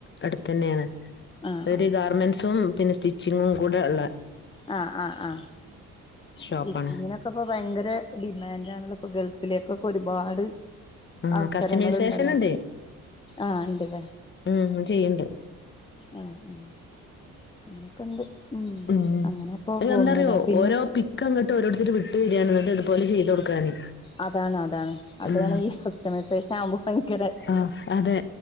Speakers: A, on the left; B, on the left.
A: അടുത്തന്നേണ്.
B: ആഹ്
A: ഒരു
B: ആഹ്
A: ഗാർമെന്റ്സും പിന്നെ സ്റ്റിച്ചിങ്ങും കൂടെ ഉള്ള
B: ആഹ് ആഹ് ആഹ്.
A: ഷോപ്പാണ്
B: സ്റ്റിച്ചിങ്ങിനൊക്കെ ഇപ്പ ഭയങ്കര ഡിമാൻഡ് ആണത് ഇപ്പൊ ഗൾഫിലേക്കൊക്കെ ഒരുപാട്
A: ആഹ്
B: അവസരങ്ങളുണ്ടല്ലോ
A: കസ്റ്റമൈസേഷൻ അല്ലേ
B: ആഹ് ഇണ്ട്ല്ലേ
A: ഉം. ചെയ്യണ്ട്.
B: ആഹ് ഉം. അങ്ങനൊക്കെ ഉണ്ട്
A: ഉം
B: അങ്ങനെ ഇപ്പോ
A: അത്
B: പോന്നുല്ലേ
A: എന്താറിയോ
B: പിന്നെ
A: ഓരോ പിക്ക് അങ്ങോട്ട് ഓരോരുത്തര് വിട്ടു തരുവാണ്. ഇതുപോലെ ചെയ്തു കൊടുക്കാന്.
B: അതാണ് അതാണ് അതാണ്
A: ഉം
B: ഈ കസ്റ്റമൈസേഷൻ ആവുമ്പോ ഭയങ്കര
A: ആഹ് അതെ